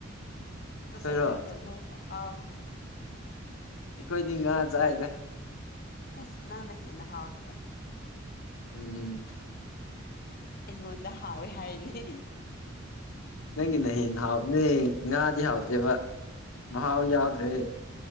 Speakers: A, on the left; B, on the left.
A: ꯑꯗꯣ
B: ꯈꯣꯏꯔꯣ
A: ꯀꯩ ꯃꯊꯦꯜꯅꯣꯕ ꯑꯧ
B: ꯑꯈꯣꯏꯗꯤ ꯉꯥ ꯆꯥꯏꯗ
A: ꯏꯁ ꯅꯪꯅ ꯍꯦꯟꯅ ꯍꯥꯎꯔꯒ
B: ꯎꯝ
A: ꯑꯩꯉꯣꯟꯗ ꯍꯥꯎꯋꯦ ꯍꯥꯏꯅꯤ
B: ꯅꯪꯒꯤꯅ ꯍꯦꯟꯅ ꯍꯥꯎꯕꯅꯦ ꯉꯥꯗꯤ ꯍꯥꯎꯇꯦꯕ ꯃꯍꯥꯎ ꯌꯥꯎꯗ꯭ꯔꯦ